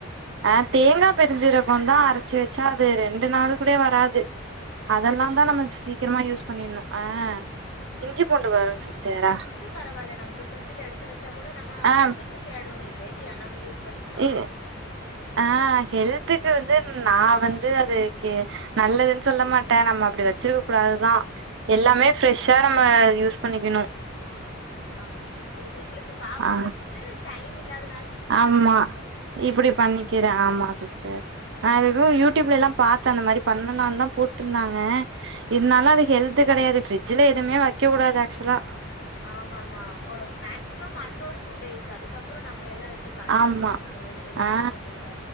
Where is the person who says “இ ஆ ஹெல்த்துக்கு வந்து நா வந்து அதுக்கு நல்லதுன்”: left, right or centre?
Right